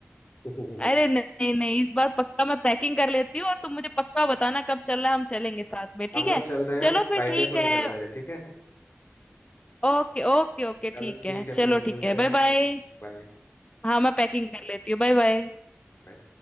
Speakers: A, on the left; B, on the left.
A: <laughs>
B: अरे नहीं नहीं इस बार पक्का मैं पैकिंग कर लेती हूँ और तुम मुझे पक्का बताना कब चलना है हम चलेंगे साथ में ठीक
A: हम लोग
B: है
A: चल रहे हैं
B: चलो
A: फ्राइडे
B: फिर ठीक
A: को
B: है
A: निकल रहे हैं ठीक है
B: ओके ओके ओके ठीक
A: चलो ठीक
B: है
A: है
B: चलो
A: फिर मिलते
B: ठीक है
A: हैं
B: बाय बाय
A: बाय
B: हाँ मैं पैकिंग कर लेती हूँ बाय बाय
A: नहीं